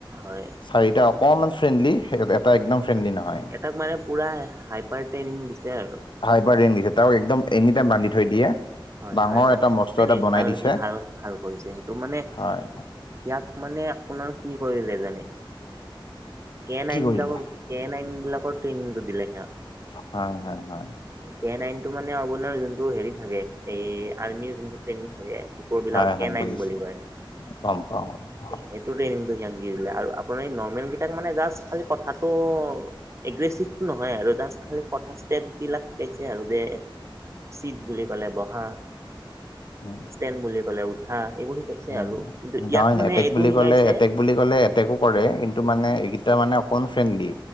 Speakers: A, on the right; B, on the left.
A: হয়
B: চাৰীটা অকণমান ফ্ৰেণ্ডলি এটা একদম ফ্ৰেণ্ডলি নহয়।
A: তাক মানে পুৰা হাইপাৰ ট্ৰেইনিং দিছে আৰু
B: হাইপাৰ ৰে দিছে তাক একদম এনি টাইম বান্ধি থৈ দিয়ে।
A: হয়
B: ডাঙৰ
A: হয় মানে
B: এটা মস্ত
A: নাই
B: এটা
A: নাই
B: বনাই
A: ভাল
B: দিছে
A: সি ভাল ভাল কৰিছে সেইটো মানে।
B: হয়
A: ইয়াক মানে আপোনাৰ কি কৰিলে জানে। কে নাইন
B: কি কৰিলে
A: বিলাকৰ কে নাইন বিলাকৰ ট্ৰেইনিংটো দিলে সিহত,
B: হয় হয় হয়।
A: কে নাইনটো মানে আপোনাৰ যোনটো হেৰি থাকে এই আৰ্মিৰ যোনটো ট্ৰেইনিং থাকে কোৰ বিলাকক
B: হয়, হয়,
A: কে নাইন
B: বুজিছো
A: বুলি কয়
B: গম পাওঁ হয়,
A: সে টুডেণ্টটো সিহঁতক দি দিলে আৰু আপোনাৰ নৰ্মেল কেইটাক মানে জাষ্ট খালি কথাটো এগ্ৰেচিভটো নহয় আৰু জাষ্ট খালি কথা ষ্টেপবিলাক শিকাইছে আৰু যে চিট বুলি ক'লে বহা
B: উম,
A: ষ্টেণ্ড বুলি কলে উঠা এইবোৰ শিকাইছে
B: উম।
A: আৰু কিন্তু
B: নহয়
A: ইয়াক মানে
B: এটেক
A: এইটোও
B: বুলি
A: শিকাইছে
B: ক'লে এটেক বুলি কলে এটেকো কৰে কিন্তু মানে এইকেইটা মানে অকন ফ্ৰেণ্ডলি